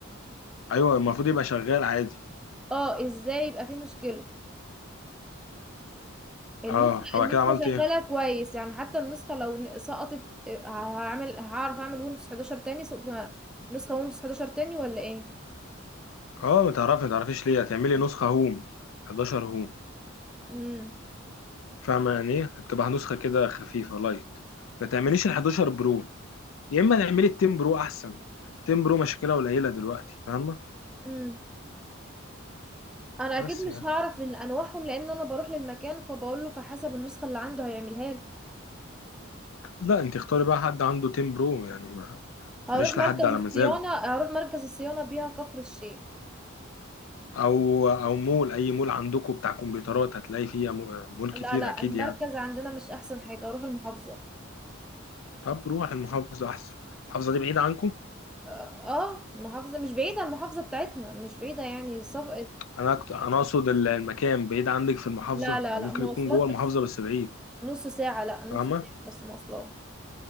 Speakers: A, on the left; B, in the centre.
A: ايوه المفروض يبقى شغال عادي
B: اه ازاي يبقى في مشكلة النسخة
A: اه فبعد
B: النسخة
A: كده عملت
B: شغالة
A: ايه
B: كويس يعني حتى النسخة لو ن- سقطت اه، هعمل هعرف اعمل ويندوز 11 تاني سقط- نسخة ويندوز 11 تاني ولا ايه
A: اه ما تعرفي ما تعرفيش ليه هتعملي نسخه هوم 11 هوم
B: امم
A: فاهمة يعني ايه بتبقى نسخة كده خفيفة لايت ما تعمليش ال 11 برو يا اما تعملي ال 10 برو احسن 10 برو مشكلة قليلة دلوقتي فاهمة
B: امم انا
A: بس
B: اكيد مش
A: يعني
B: هعرف ان انواعهم لان انا بروح للمكان فبقول له فحسب النسخة اللي عنده هيعملها لي
A: لا انت اختاري بقى حد عنده 10 برو يعني ما تروحيش
B: هروح مركز
A: لحد على
B: الصيانة
A: مزاجه
B: هروح مركز الصيانة بيها كفر الشيخ
A: او او مول اي مول عندكم بتاع كمبيوترات هتلاقي فيه مو- مول
B: لا
A: كتير
B: لا
A: اكيد
B: المركز
A: يعني
B: عندنا مش أحسن حاجة هروح المحافظة
A: طب روح المحافظة احسن المحافظة دي بعيدة عنكم
B: اه آه، المحافظة مش بعيدة المحافظة بتاعتنا مش بعيدة يعني صف...
A: انا كنت- انا اقصد ال- المكان بعيد عندك في المحافظة
B: لا لا
A: ما
B: لا
A: ممكن
B: مواصلات
A: يكون جوه
B: بس
A: المحافظة بس بعيد
B: نص ساعة لا نص
A: فاهمة
B: ساعة بس مواصلات